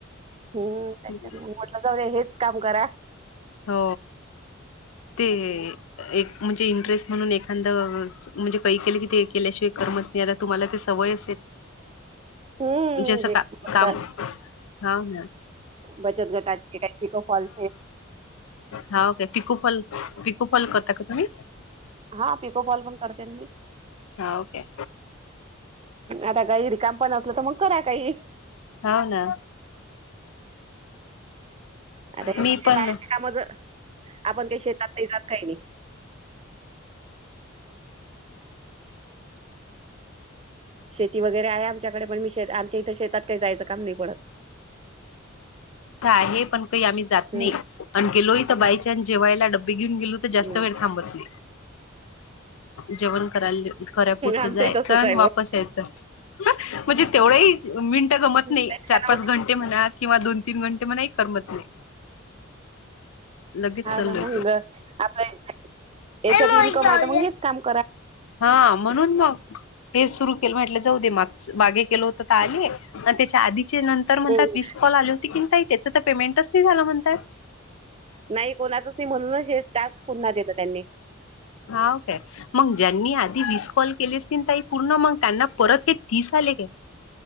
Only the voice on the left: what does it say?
हं.
हो ते एक म्हणजे इंटरेस्ट म्हणून एखादा म्हणज काही केले कि ते केल्याशिवा करत नाही आता तुम्हाला ते सवय
जसं
का
काम हा ना
हा का पिकू फल पिकू फल करता का तुम्ही
हा ओके
होव ना
मी
पण
आहे पण काही आम्ही जात
नाही आणि गेलोय तर बाय चान्स जेवायला डब घेऊन गेलो तर जास्त
वेळ थांबत नाही. जेवण करायला करेपुरतं
जायचं
आणि
वापस यायचं. म्हणजे तेवढंही मिनटं गमत नाही.
चार पाच
घंटे म्हणा किंवा दोन तीन घंटे म्हणा मलाही करमत नाही. लगेच
चाललोय
तो.
हा म्हणून मग, मेस सुरू केलं म्हटलं जाऊ दे माग मागे केलं होतं तर आली आणि त्याच्या आधीचे नंतर म्हणतात
कॉल आली होती की ताई त्याचं तर पेमेंटच नाही झालं म्हणतात
हाव काय मग ज्यांनी आधी विस कॉल केले ताई पूर्ण मग त्यांना परत हे तीस आले काय?